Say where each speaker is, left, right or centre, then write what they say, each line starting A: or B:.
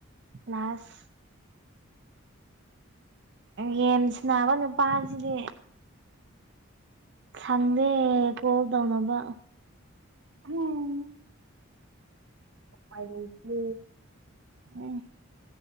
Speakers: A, on the right; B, on the right.
A: ꯂꯥꯁ ꯌꯦꯟꯁꯅꯕ ꯅꯨꯄꯥꯁꯤꯗꯤ ꯁꯪꯗꯦ ꯀꯣꯜ ꯇꯧꯅꯕ
B: ꯎꯝ ꯑꯨꯄꯥꯏ ꯂꯩꯇꯦ
A: ꯎꯝ